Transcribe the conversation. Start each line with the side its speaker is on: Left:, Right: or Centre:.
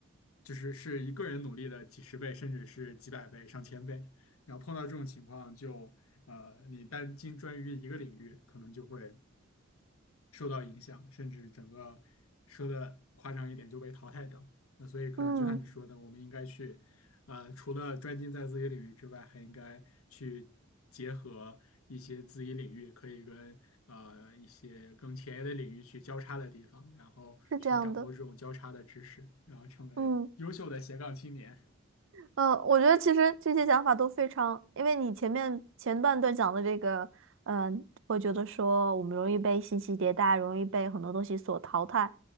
Left: 就是是一个人努力的几十倍，甚至是几百倍、上千倍。然后碰到这种情况就，呃，你单精专于一个领域，可能就会受到影响，甚至整个说的夸张一点就被淘汰掉。那所以可能就像你说的，
Right: 嗯，
Left: 我们应该去，呃，除了专精在自己领域之外，还应该去结合一些自己领域可以跟呃一些更前沿的领域去交叉的地方，然后去掌握这种交叉的知识，
Right: 是这样的。
Left: 然后成为优秀的斜杠青年。
Right: 嗯。嗯，我觉得其实这些想法都非常，因为你前面前半段讲的这个，嗯，会觉得说我们容易被信息迭代，容易被很多东西所淘汰，